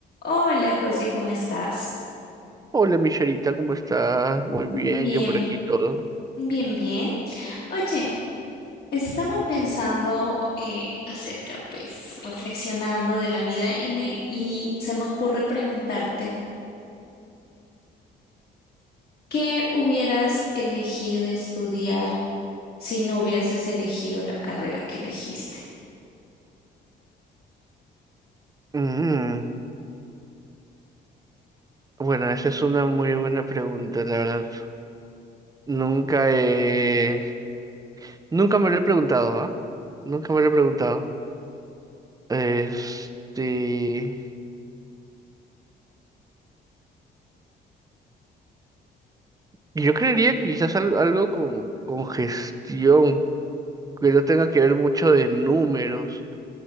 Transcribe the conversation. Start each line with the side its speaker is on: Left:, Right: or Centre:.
Left: Hola José, ¿cómo estás?
Right: Hola, Michelita, ¿cómo estás? Muy bien,
Left: Bien,
Right: yo por aquí todo.
Left: bien, bien. Oye, estaba pensando eh, acerca, pues, reflexionando de la vida y me y se me ocurre preguntarte, ¿qué hubieras elegido de estudiar si no hubieses elegido la carrera que elegiste?
Right: Mm, bueno, esa es una muy buena pregunta, la verdad. Nunca he... Nunca me lo he preguntado, ¿ah? Nunca me lo he preguntado. Este... Yo creería que quizás al- algo con, con gestión, que no tenga que ver mucho de números.